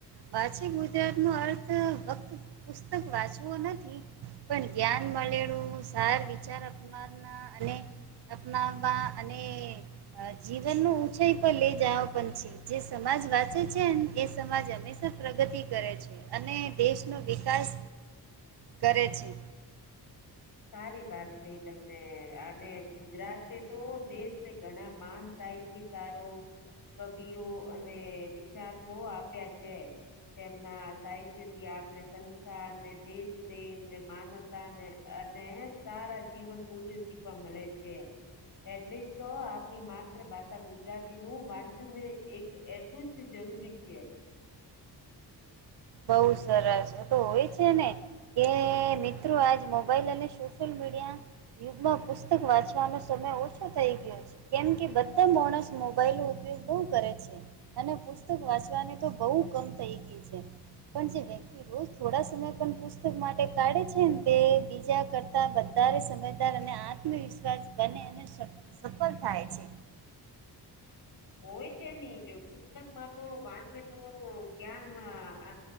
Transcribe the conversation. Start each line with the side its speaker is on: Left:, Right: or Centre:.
Right: વાચે ગુજરાત નો અર્થ ફક્ત પુસ્તક વાંચવું નથી, પણ જ્ઞાન મળેલું સાર વિચાર અપમાન ના હા અને, અપનાવવા અને જીવન ન ઉંચાઈ પર લઈ જવા પણ છે જે સમાજ વાંચે છે એ સમાજ હંમેશા પ્રગતિ કરે છે. અને દેશ નો વિકાસ કરે છે.
Left: સારી વાત કઈ તમને અને ગુજરાતે તો દેશ ને ઘણા માણસાઈ શિકારો કવિઓ અને વિચાર કો આપ્યા છે. તેમના સાહિત્ય થી આપને સંસ્કાર ને દેશ પ્રેમ ને માનવતા ને, અને સારા જીવન મૂલ્ય શીખવા મળે છે. એટલે જ તો આપની માતૃ ભાષા ગુજરાતી નું વાંચનને એક એટલું જ જરૂરી છે.
Right: બહુ સરસ તો હોય છે ને કે મિત્રો આજ મોબાઈલ અને સોશિયલ મીડિયા યુગમાં પુસ્તક વાંચવાનો સમય ઓછો થઈ ગયો છે. કેમ કે બધા માણસ મોબાઈલ નો ઉપયોગ બહુ કરે છે. અને પુસ્તક વાંચવાની તો બહુ કમ થઈ ગય છે પણ જે વક્તિ રોજ થોડા સમય પણ પુસ્તક માટે કાઢે છે ને તે બીજા કરતા વધારે સમજદાર અને આઠ આત્મવિશ્વાસ બને અને સફળ થાય છે.
Left: કોય છે નહી જો પુસ્તક માં તો વાંચે તો જ્ઞાન આ.